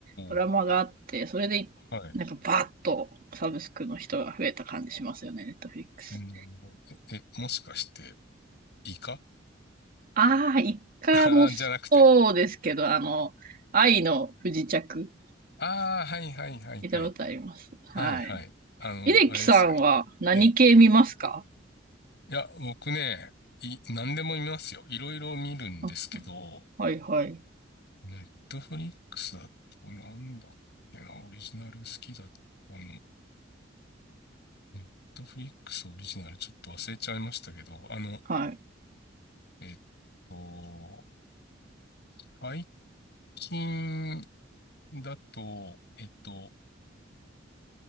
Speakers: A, on the right; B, on the left.
A: ドラマがあって、
B: おー、
A: それで、
B: はい。
A: なんかバーッとサブスクの人が増えた感じしますよね、ネットフリックス。
B: なるほど。え、えもしかして、イカ
A: ああ、一回もそうですけど、
B: <laughs> あじゃなくて。
A: あの、愛の不時着、
B: ああ、はいはいはいはい。
A: 見たことあります。はい。
B: はいはい。あの、
A: 秀樹さんは何系見ますか
B: あれですよね。ええ。いや、僕ね、い、何でも見ますよ。いろいろ見るんですけど、
A: あ、はいはい。
B: ネットフリックスだと、なんだっけな、オリジナル好きだった。の、ネットフリックスオリジナルちょっと忘れちゃいましたけど、あの、
A: はい。
B: えっと、最近だと、えっと、